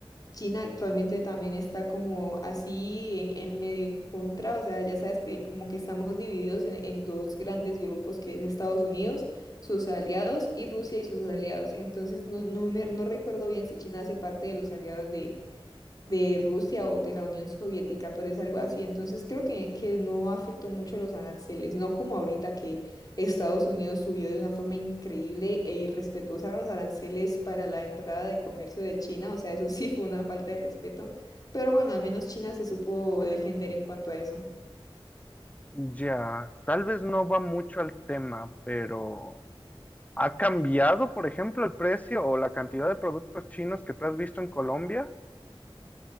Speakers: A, on the left; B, on the left.
A: China actualmente también está como así en, en medio en contra, o sea, ya sabes que como que estamos divididos en, en dos grandes grupos, que es Estados Unidos, sus aliados, y Rusia y sus aliados. Entonces, no, no me, no recuerdo bien si China hace parte de los aliados de, de Rusia o de la Unión Soviética, pero es algo así. Entonces creo que, que no afectó mucho los aranceles, no como ahorita que Estados Unidos subió de una forma increíble e irrespetuosa los aranceles para la entrada de comercio de China, o sea, eso <laughs> sí fue una falta de respeto, pero bueno, al menos China se supo defender en cuanto a eso.
B: Ya, tal vez no va mucho al tema, pero ¿ha cambiado, por ejemplo, el precio o la cantidad de productos chinos que tú has visto en Colombia?